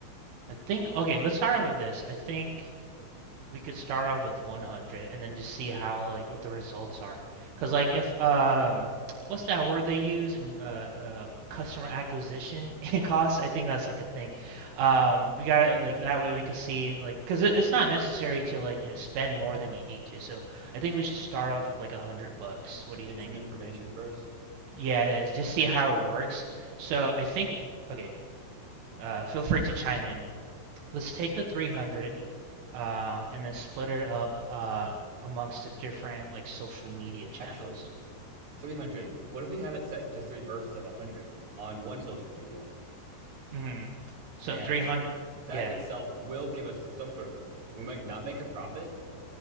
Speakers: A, on the right (about 75°); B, on the right (about 45°).
A: I think okay, let's start off with this. I think we could start off with 100 and then just see how like what the results are. Cause like if um what's that word they use in uh, uh customer acquisition <laughs> and costs? I think that's like a thing. Um, we gotta like that way we could see like because it, it's not necessary to like you know spend more than you need to. So I think we should start off with like one hundred bucks. What do
B: Get
A: you think?
B: some information first.
A: Yeah, it is. Just see how it works. So I think okay. Uh, feel free to chime in let's take the 300 um, and then split it up uh, amongst the different like social media channels.
B: Actually, 300, what if we have it set into three bursts of 100 on one social media?
A: hmm So
B: And
A: 300,
B: that
A: yeah.
B: itself will give us some sort of revenue. We might not make a profit,